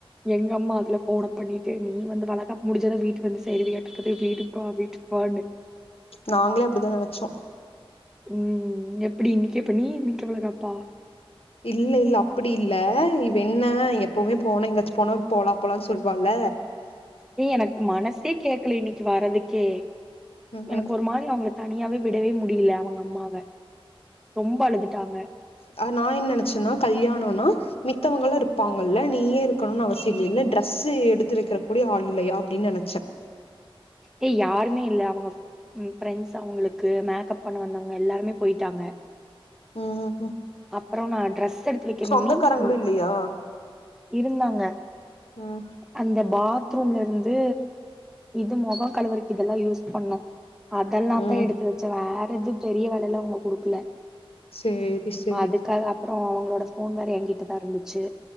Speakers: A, in the centre; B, on the left (about 80°).
A: எங்க அம்மா அதுல போன பண்ணிட்டு நீ வந்து வளகாப் முடிச்சாதா வீட்டு வந்து சேருவையாட்டு இருக்குது வீட்டுக்கு வா வீட்டுக்கு வா
B: நாங்களே அப்டிதா நினச்சோ
A: ம் எப்டி இன்நிக்கே பண்ணி இன்நிக்கே வழக்காப்பா
B: இல்ல இல்ல அப்டி இல்ல இவ என்ன எப்பவுமே போனா எங்காச்சு போனா போலா போலான்னு சொல்வால
A: ஏ எனக்கு மனசே கேக்கல இன்னைக்கு வரதுக்கே
B: ம்
A: எனக்கு ஒரு மாறி அவங்கள தனியாவே வி விடவே முடில அவங்க அம்மாவ ரொம்ப அழுதுட்டாங்க
B: ஆ நா என்ன நினைச்சேன்னா கல்யாணோனா மித்தவங்கலா இருப்பாங்கல்ல நீ ஏ இருக்கணுன அவசி இல்லேல்ல டிரரெஸ்ஸு எடுத்து வைக்ற கூடிய ஆள் இல்லையா அப்டின்னு நினச்சே
A: ஏ யாருமே இல்ல அவங்க ம் ஃப்ரெண்ட்ஸ் அவங்களுக்கு மேக்கப் பண்ண வந்தவங்க எல்லாருமே பொய்ட்டாங்க
B: ம்
A: அப்றோ நா ட்ரெஸ் எடுத்து வைக்கணு
B: சொந்தக்காரங்களு
A: மீன்ஸ் அ
B: இல்லையா
A: இருந்தாங்க
B: ம்
A: அந்த பாத்ரூம்லருந்து இது மொகோ கலுவுரக்கு இதெல்லா யூஸ் பண்ணோ அதெல்லா
B: ம்
A: தா எடுத்து வச்சே வேற எது பெரிய வேலல்ல அவங்க குடுக்கல
B: சேரி சேரி
A: அதுக்காக அப்புறோ அவங்களோட போன் வேற ஏங்கிட்ட தா இருந்துச்சு